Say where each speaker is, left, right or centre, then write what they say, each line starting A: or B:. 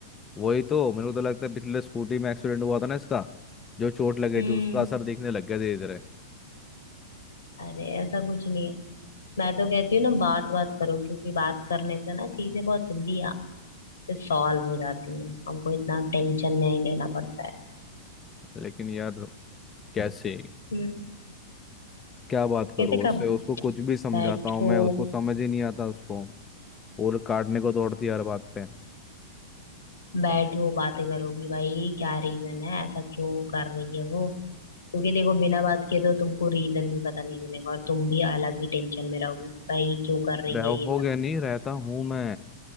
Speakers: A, on the left; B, on the left.
A: वही तो मेरे को तो लगता है पिछले स्कूटी में एक्सीडेंट हुआ था ना इसका जो चोट लगी
B: हम्म
A: थी उसका असर दिखने लग गया धीरे धीरे
B: अरे ऐसा कुछ नहीं है मैं तो कहती हूँ ना बात बात करो क्योंकि बात करने से ना चीजें बहुत जल्दी सॉल्व हो जाती हैं हमको इतना टेंशन नहीं लेना पड़ता है
A: लेकिन यार कैसे
B: हम्म
A: क्या बात
B: कैसे
A: करूँ उससे
B: कब
A: उसको कुछ भी समझाता
B: बैठो
A: हूँ मैं उसको समझ ही नहीं आता उसको और काटने को दौड़ती है हर बात पे
B: बैठो बातें करोगी भाई क्या रीजन है ऐसा क्यों कर रही है वो क्योंकि देखो बिना बात किए तो तुमको रीजन भी पता नहीं चलेगा और तुम भी अलग ही टेंशन में रहोगी भाई क्यों कर रही
A: रह
B: है ये
A: हो
B: सब
A: गया नहीं रहता हूँ मैं